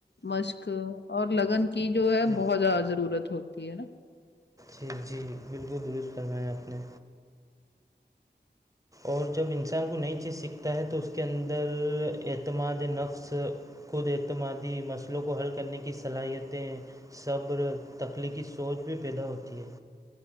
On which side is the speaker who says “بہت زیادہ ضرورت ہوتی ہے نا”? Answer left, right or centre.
Left